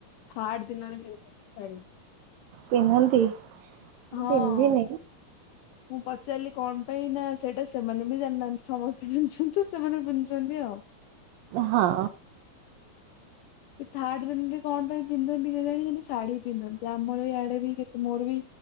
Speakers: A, on the left (about 80°); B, on the right (about 75°).
A: ଥାର୍ଡ ଦିନରେ ପିନ୍ଧୁଛନ୍ତି ଶାଢୀ।
B: ପିନ୍ଧନ୍ତି।
A: ହଁ
B: ପିନ୍ଧିନି
A: ମୁଁ ପଚାରିଲି କଣ ପାଇଁ ନା ସେଇଟା ସେମାନେ ବି ଜାଣିନାହାନ୍ତି। ସମସ୍ତେ ପୁନ୍ଧୁଛନ୍ତି ସେମାନେ ପୁନ୍ଧୁଛନ୍ତି ଆଉ।
B: ହଁ
A: ଥାର୍ଡ ଦିନରେ କଣ ପାଇଁ ପିନ୍ଧନ୍ତି କେଜାଣି କିନ୍ତୁ ଶାଢୀ ପିନ୍ଧନ୍ତି ଆମର ଇଆଡେ ବି କେ ମୋର ବି